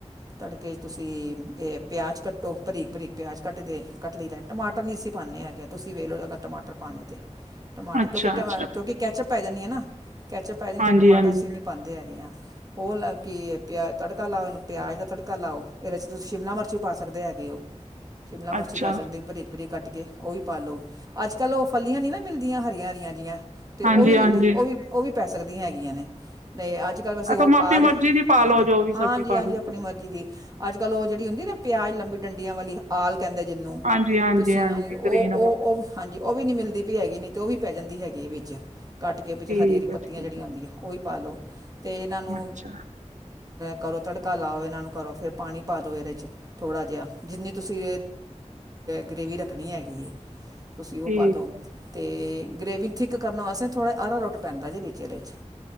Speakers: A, on the right; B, on the right.
A: ਤੜਕੇ 'ਚ ਤੁਸੀਂ ਇਹ ਪਿਆਜ਼ ਕੱਟੋ, ਬਰੀਕ-ਬਰੀਕ ਪਿਆਜ਼ ਕੱਟਦੇ ਕੱਟ ਲਈ ਦਾ ਟਮਾਟਰ ਨੀ ਅਸੀਂ ਪਾਨੇ ਹੈਗੇ ਆ ਤੁਸੀਂ ਵੇਲਲੋ ਟਮਾਟਰ ਪਾਣੇ ਤੇ ਟਮਾ
B: ਅੱਛਾ
A: ਕਿਉ ਕਿਉਂਕਿ
B: ਅੱਛਾ
A: ਕੈਚਅਪ ਪੈ ਜਾਣੀ ਆ ਨਾ ਕੈਚਅਪ ਪੈ ਜਾਣੀ
B: ਹਾਂਜੀ
A: ਆ ਫਿਰ ਟਮਾਟਰ
B: ਹਾਂਜੀ
A: ਅਸੀਂ ਨੀ ਪਾਂਦੇ ਹੈਗੇ ਹਾਂ ਉਹ ਲ ਕਿ ਪਿਆ ਤੜਕਾ ਲਾਓ। ਇਹਨੂੰ ਪਿਆਜ਼ ਦਾ ਤੜਕਾ ਲਾਓ। ਇਹਦੇ 'ਚ ਤੁਸੀਂ ਸ਼ਿਮਲਾ ਮਿਰਚ ਵੀ ਪਾ ਸਕਦੇ ਹੈਗੇ ਹੋ। ਸ਼ਿਮਲਾ ਮਰਚ
B: ਅੱਛਾ
A: ਵੀ ਪੈ ਸਕਦੀ। ਬਰੀਕ-ਬਰੀਕ ਕੱਟ ਕੇ ਉਹ ਵੀ ਪਾ ਲਉ। ਅੱਜ-ਕੱਲ੍ਹ ਉਹ ਫਲੀਆਂ ਨਹੀਂ ਨਾ ਮਿਲਦੀਆਂ ਹਰੀਆਂ-ਹਰੀਆਂ ਜਹੀਆਂ ਤੇ ਉਹ
B: ਹਾਂਜੀ
A: ਵੀ
B: ਹਾਂਜੀ
A: ਇਨੇ ਉਹ ਵੀ ਉਹ ਵੀ ਪੈ ਸਕਦੀਆਂ ਹੈਗੀਆਂ ਨੇ ਤੇ ਅੱਜ ਗੱਲ ਵੈਸੇ। ਉਹ
B: ਤੁਮ ਆਪਣੀ
A: ਆਲ
B: ਮਰਜ਼ੀ
A: ਵੀ
B: ਦੀ ਪਾ
A: ਹਾਂਜੀ-
B: ਲਓ ਜੋ ਵੀ ਸਬਜ਼ੀ
A: ਹਾਂਜੀ,
B: ਪਾਣੀ
A: ਹਾਂਜੀ ਆਪਣੀ
B: ਹੈ ਤੁਸੀਂ
A: ਮਰਜ਼ੀ ਦੀ। ਅੱਜ-ਕੱਲ੍ਹ ਉਹ ਜਿਹੜੀ ਹੁੰਦੀ ਪਿਆਜ ਲੰਬੀ ਡੰਡੀਆਂ ਵਾਲੀ। ਆਲ ਕਹਿੰਦੇ ਜਿਹਨੂੰ।
B: ਹਾਂਜੀ
A: ਤੁਸੀਂ ਹਾਂਜੀ ਉਹ
B: ਗ੍ਰੀਨ
A: -ਉਹ,
B: ਵਾਲੀ
A: ਉਹ ਹਾਂਜੀ, ਉਹ ਵੀ ਨਹੀਂ ਮਿਲਦੀ ਪਈ ਹੈਗੀ ਨਹੀਂ ਅਤੇ ਉਹ ਵੀ ਪੈ ਜਾਂਦੀ ਹੈਗੀ ਵਿੱਚ ਕੱਟ ਕੇ ਵਿੱਚ
B: ਠੀਕ
A: ਹਰੀ-ਹਰੀ
B: ਹੈ
A: ਪੱਤੀਆਂ
B: ਠੀਕ
A: ਜਿਹੜੀਆਂ ਆਉਂਦੀਆਂ। ਉਹੀ ਪਾ ਲਉ ਤੇ ਇਹਨਾਂ ਨੂੰ
B: ਅੱਛਾ
A: ਕਰੋ ਤੜਕਾ ਲਾਓ। ਇਹਨਾਂ ਨੂੰ ਕਰੋ ਫਿਰ ਪਾਣੀ ਪਾ ਦਿਉ ਇਹਦੇ 'ਚ। ਥੋੜ੍ਹਾ ਜਿਹਾ ਜਿੰਨੀ ਤੁਸੀਂ ਗਰੇੇਵੀ ਰੱਖਣੀ ਹੈਗੀ ਏ। ਤੁਸੀਂ ਉਹ
B: ਠੀਕ
A: ਪਾ ਦਿਉ ਅਤੇ
B: ਹੈ
A: ਗ੍ਰੇਵੀ ਥਿੱਕ ਕਰਨ ਵਾਸਤੇ ਥੋੜ੍ਹਾ ਆਰਾਰੋਟ ਪੈਂਦਾ ਜੇ ਵਿਚ ਇਹਦੇ 'ਚ।